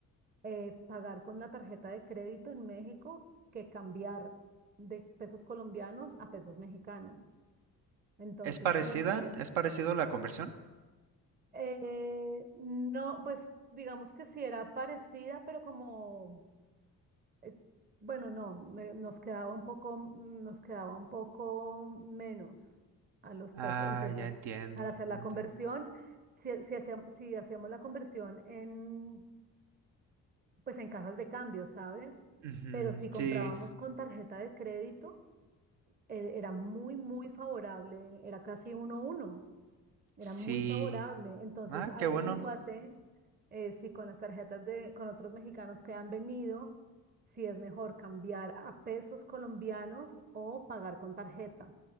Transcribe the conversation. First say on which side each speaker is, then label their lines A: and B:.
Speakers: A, on the right (about 20°); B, on the right (about 65°).
A: eh, pagar con la tarjeta de crédito en México que cambiar de pesos colombianos a pesos mexicanos. Entonces,
B: ¿Es parecida?
A: como que
B: ¿Es parecido la conversión?
A: eh, no, pues digamos que sí era parecida, pero como... eh, Bueno, no, me- nos quedaba un poco, mm, nos quedaba un poco menos a los
B: Ah,
A: pesos, en pesos.
B: ya entiendo,
A: Al hacer la
B: ya entiendo.
A: conversión, si, si hacíamos, si hacíamos la conversión en, pues en casas de cambio, ¿sabes?
B: Ujú,
A: Pero si comprábamos
B: sí,
A: con tarjeta de crédito, eh, era muy, muy favorable, era casi uno a uno. Era
B: sí.
A: muy favorable. Entonces,
B: Ah,
A: averíguate
B: qué bueno,
A: eh, si con las tarjetas de, con otros mexicanos que han venido, si es mejor cambiar a pesos colombianos o pagar con tarjeta,